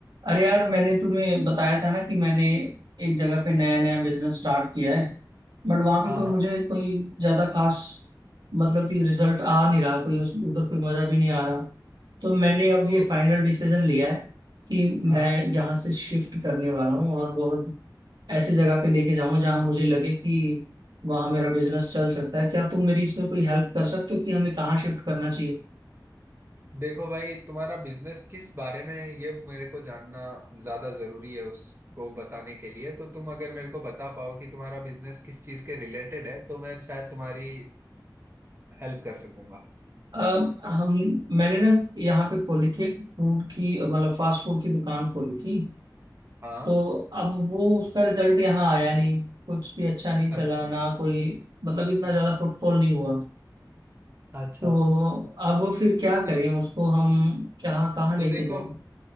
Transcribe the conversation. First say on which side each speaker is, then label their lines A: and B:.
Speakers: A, on the right (about 65°); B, on the right (about 30°).
A: अरे यार मैंने तुम्हें बताया था ना कि मैंने एक जगह पे नया नया बिजनेस स्टार्ट किया है बट वहां पे
B: हाँ
A: कोई
B: हाँ
A: मुझे कोई ज्यादा खास मतलब कि रिजल्ट आ नहीं रहा कोई उस उधर कोई मजा भी नहीं आ रहा तो मैंने अब
B: तो
A: ये फाइनल डिसीजन लिया है कि
B: हाँ
A: मैं यहाँ से शिफ्ट करने वाला हूँ और बहुत ऐसी जगह पे लेके जाऊंगा जहाँ मुझे लगे कि वहाँ मेरा बिजनेस चल सकता है क्या तुम मेरी इसमें कोई हेल्प कर सकते हो कि हमें कहाँ शिफ्ट करना
B: देखो भाई तुम्हारा बिजनेस किस बारे में है ये मेरे को जानना ज्यादा जरूरी है उसको बताने के लिए तो तुम अगर मेरे को बता पाओ कि तुम्हारा बिजनेस किस चीज के रिलेटेड है तो मैं शायद तुम्हारी हेल्प कर सकूंगा
A: अब हम मैंने ना यहाँ पे खोली थी एक फूड की मतलब फास्ट फूड की दुकान खोली थी
B: हाँ
A: तो अब वो उसका रिजल्ट यहाँ आया नहीं कुछ भी अच्छा नहीं
B: अच्छा
A: चला ना कोई मतलब इतना ज्यादा फुटफॉल नहीं हुआ
B: अच्छा
A: तो अब फिर क्या करें
B: तो,
A: उसको हम क्या कहाँ
B: तो
A: लेके
B: देखो
A: जाएं